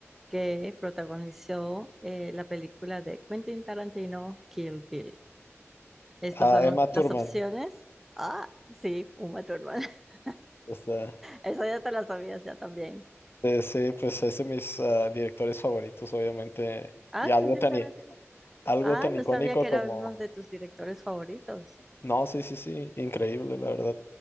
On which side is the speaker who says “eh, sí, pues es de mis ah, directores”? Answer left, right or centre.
Left